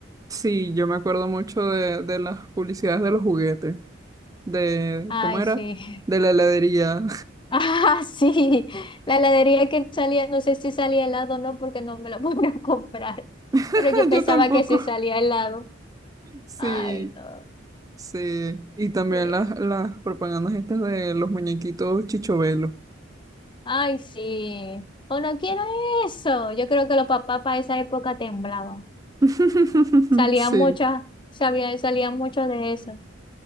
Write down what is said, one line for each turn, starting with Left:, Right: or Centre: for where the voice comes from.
Right: Sí, yo me acuerdo mucho de, de las publicidades de los juguetes, de,
Left: Ay,
Right: ¿cómo era?
Left: sí.
Right: De
Left: <laughs>
Right: la heladería.
Left: Ah, <laughs> sí, la heladería que salía, no sé si salía helado o no, porque no me la pude <laughs> comprar,
Right: <laughs>
Left: pero yo pensaba
Right: Yo tampoco.
Left: que sí salía helado.
Right: Sí,
Left: Ay, no.
Right: sí. Y también
Left: sí.
Right: las, las propagandas estas de los muñequitos Chichovelo.
Left: Ay, sí. O no quiero eso. Yo creo que los papás para esa época temblaban.
Right: <laughs>
Left: Salían
Right: Sí,
Left: muchas, sabía, salían mucho de eso.